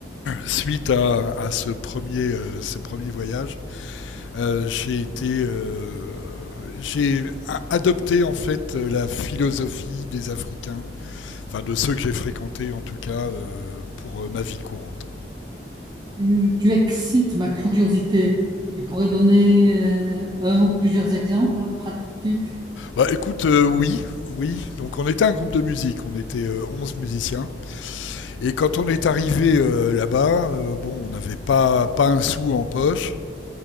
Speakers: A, on the left; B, on the right.
A: suite à, à ce, premier, euh, ce premier voyage, Euh, j'ai été, euh, j'ai adopté en fait euh, la philosophie des Africains, enfin de ceux que j'ai fréquentés en tout cas euh, pour euh, ma vie courante.
B: Tu, tu excites ma curiosité. Tu pourrais donner euh, un ou plusieurs exemples hein, pratiques.
A: Bah écoute, euh, oui, oui. Donc on était un groupe de musique, on était euh, 11 musiciens. Et quand on est arrivé euh, là-bas, euh, bon, on n'avait pas, pas un sou en poche.